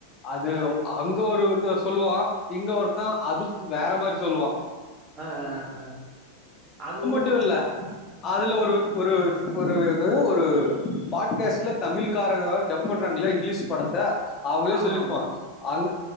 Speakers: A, on the left; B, on the right.
A: அது
B: அ அ.
A: அங்க ஒரு து சொல்லுவா இங்க ஒருத்தான் அதுக்கு வேற மாரி சொ சொல்லுவா
B: ஆ ஆ அது ஒன்னு
A: ட்டு இல்ல அதுல ஒரு ஒரு ஒரு என்ன ஒரு பாட்காஸ்ட்ல தமிழ்காரங்க டப் பண்றாங்கள இங்கிலீஷ் படத்த அவங்களே
B: ஆமா
A: சொல்லிருப்பா
B: ஆமா
A: அங்க